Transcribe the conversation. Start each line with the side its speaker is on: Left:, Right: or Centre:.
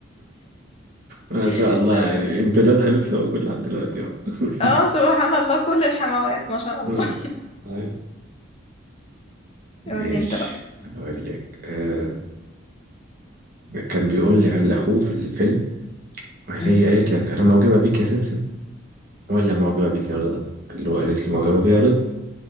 Right: ما شاء
Left: <laughs>
Right: الله
Left: ايوه
Right: يعني امتدادها لسه موجود لحد دلوقتي اهو <laughs>
Left: اه سبحان الله كل الحموات ما شاء الله
Right: آه. أيوة.
Left: <laughs> قول
Right: ماشي
Left: لي انت بقى
Right: أقول لك آه كان بيقول لي عن أخوه في الفيلم هي
Left: مم.
Right: قالت لك أنا معجبة بيك يا سمسم ولا معجبة بيك يا رضا اللي هو قالت لي معجبة بيا يا رضا